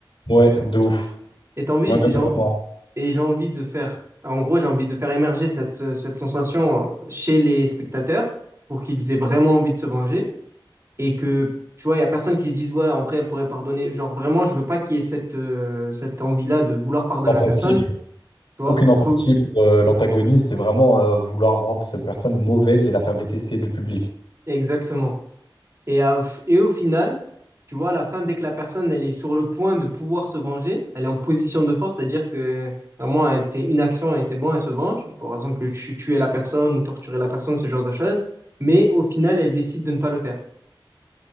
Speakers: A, on the left (about 80°); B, on the right (about 35°).
A: ouais, de ouf.
B: Et t'as envie,
A: Ouais,
B: j'ai, j'ai
A: ouais,
B: en-
A: vraiment.
B: et j'ai envie de faire, en gros, j'ai envie de faire émerger cette, ce- cette sensation chez les spectateurs pour qu'ils aient vraiment envie de se venger, et que, tu vois, il y a personne qui se dise, ouais, en vrai, elle pourrait pardonner. Genre, vraiment, je veux pas qu'il y ait cette, euh, cette envie-là de vouloir pardonner
A: Empathie,
B: à personne, tu vois.
A: aucune empathie
B: Il faut,
A: pour euh, l'antagoniste, c'est vraiment euh, vouloir rendre cette personne mauvaise et la faire détester du public.
B: exactement. Et, à- et au final, tu vois, à la fin, dès que la personne, elle est sur le point de pouvoir se venger, elle est en position de force, c'est-à-dire que vraiment, elle fait une action et c'est bon, elle se venge. Par exemple, tu- tuer la personne ou torturer la personne, ce genre de choses. Mais au final, elle décide de ne pas le faire.